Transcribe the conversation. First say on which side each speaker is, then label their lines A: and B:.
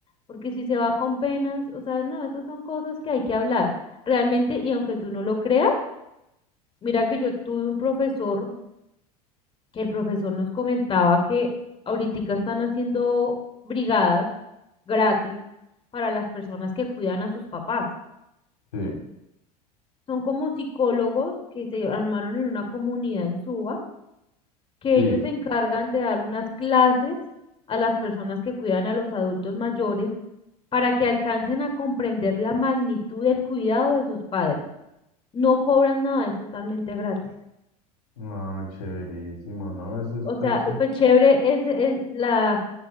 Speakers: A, on the left (about 25°); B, on the left (about 75°).
A: porque si se va con penas, o sea, no, esas son cosas que hay que hablar realmente, y aunque tú no lo creas, mira que yo tuve un profesor que el profesor nos comentaba que ahorita están haciendo brigadas gratis para las personas que cuidan a sus papás.
B: sí,
A: Son como psicólogos que se armaron en una comunidad en Suba, que
B: sí.
A: ellos se encargan de dar unas clases a las personas que cuidan a los adultos mayores para que alcancen a comprender la magnitud del cuidado de sus padres. No cobran nada, es totalmente gratis.
B: No, chéverísimo, ¿no? Eso está
A: o sea,
B: chévere.
A: eh, pues chévere es, es la,